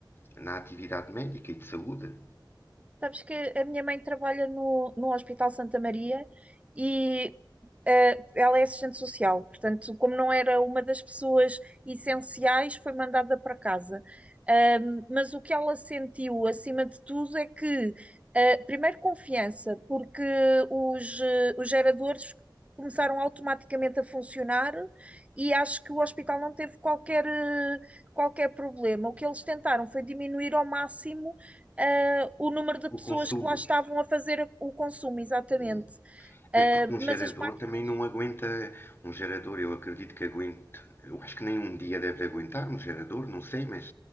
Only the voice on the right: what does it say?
Sabes que a minha mãe trabalha no, no Hospital Santa Maria e eh, ela é assistente social, portanto, como não era uma das pessoas essenciais, foi mandada para casa. Ahm, mas o que ela sentiu, acima de tudo, é que, eh, primeiro, confiança, porque os, eh, os geradores começaram automaticamente a funcionar e acho que o hospital não teve qualquer, eh, qualquer problema. O que eles tentaram foi diminuir ao máximo ah, o número de pessoas
que lá estavam a fazer o consumo, exatamente.
Ah,
mas
as máquinas